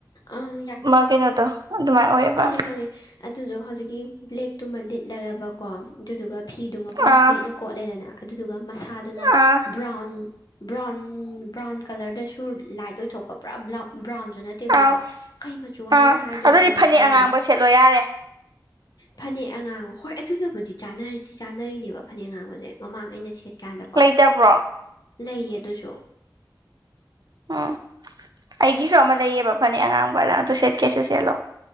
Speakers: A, on the left; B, on the right.
A: ꯑꯪ
B: ꯃꯥ ꯀꯩꯅꯣꯗꯣ ꯑꯗꯨꯃꯥꯏꯅ ꯑꯣꯏꯌꯦꯕ
A: ꯈꯉꯦ ꯑꯗꯨꯗꯣ ꯍꯧꯖꯤꯛ ꯕ꯭ꯂꯦꯛꯇꯨ ꯂꯤꯠꯂꯕꯀꯣ ꯑꯗꯨꯗꯨꯒ ꯐꯤꯗꯨ ꯃꯄꯥꯟ
B: ꯑꯥ
A: ꯕ꯭ꯂꯦꯛꯅ ꯀꯣꯠꯂꯦꯗꯅ ꯑꯗꯨꯗꯨ ꯁꯥꯗꯨꯅ
B: ꯑꯥ
A: ꯕ꯭ꯔꯥꯎꯟ ꯕ꯭ꯔꯥꯎꯟ ꯕ꯭ꯔꯥꯎꯟ ꯀꯂꯔꯗꯁꯨ ꯂꯥꯏꯠ ꯑꯣꯏꯊꯣꯛꯄ ꯄꯨꯔꯥ ꯕ꯭ꯔꯥꯎꯟ ꯅꯠꯇꯦꯕꯀꯣ
B: ꯑꯥꯎ
A: ꯀꯩ ꯃꯆꯨ
B: ꯑꯥ
A: ꯍꯥꯏꯅ ꯍꯥꯏꯗꯣꯏꯅꯣ
B: ꯑꯗꯨꯗꯤ
A: ꯑꯩꯁꯦ
B: ꯐꯅꯦꯛ
A: ꯈꯪꯗ꯭ꯔꯦ
B: ꯑꯉꯥꯡꯕ ꯁꯦꯠꯂꯣ ꯌꯥꯔꯦ
A: ꯐꯅꯦꯛ ꯑꯉꯥꯡꯕ ꯍꯣꯏ ꯑꯗꯨꯗꯕꯨꯗꯤ ꯆꯥꯅꯔꯗꯤ ꯆꯥꯅꯔꯤꯅꯦꯕ ꯐꯅꯦꯛ ꯑꯉꯥꯡꯕꯁꯦ ꯃꯃꯥꯡ ꯑꯩꯅ ꯁꯦꯠꯀꯦ ꯀꯌꯥꯗꯅꯕꯣ
B: ꯂꯩꯇꯕ꯭ꯔꯣ
A: ꯂꯩꯌꯦ ꯑꯗꯨꯁꯨ
B: ꯎꯝ ꯑꯩꯒꯤꯁꯨ ꯑꯃ ꯂꯩꯌꯦꯕ ꯐꯅꯦꯛ ꯑꯉꯥꯡꯕꯔ ꯑꯗꯨ ꯁꯦꯠꯀꯦꯁꯨ ꯁꯦꯠꯂꯣ